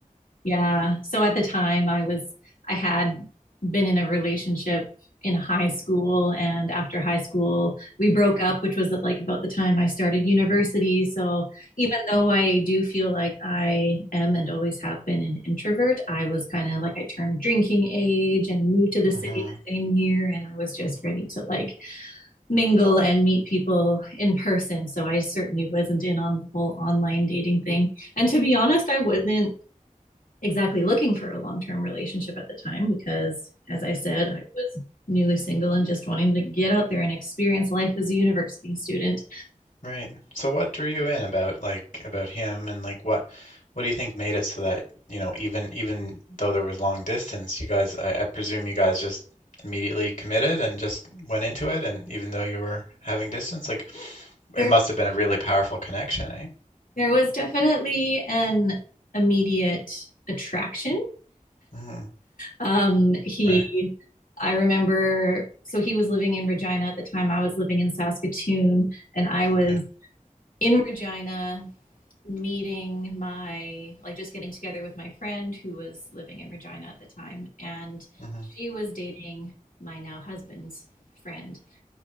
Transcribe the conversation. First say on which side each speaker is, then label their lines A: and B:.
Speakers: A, on the left (about 85°); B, on the left (about 70°).
A: Yeah. So at the time I was I had been in a relationship in high school and after high school we broke up which was at like about the time I started university. So even though I do feel like I am and always have been an introvert, I was kind of like I turned drinking age and moved to the city
B: mm-hmm.
A: the same year and I was just ready to like mingle and meet people in person. So I certainly wasn't in on the whole online dating thing. And to be honest, I wasn't exactly looking for a long term relationship at the time because, as I said, I was newly single and just wanting to get out there and experience life as a university student.
B: Right. So what drew you in about like about him and like what what do you think made it so that, you know, even even though there was long distance, you guys I, I presume you guys just immediately committed and just went into it and even though you were having distance, like
A: There,
B: it must have been a really powerful connection, eh?
A: there was definitely an immediate attraction.
B: hmm
A: Um, he,
B: Right.
A: I remember, so he was living in Regina at the time. I was living in Saskatoon, and I was
B: Okay.
A: in Regina meeting my like just getting together with my friend who was living in Regina at the time and
B: hmm
A: she was dating my now husband's friend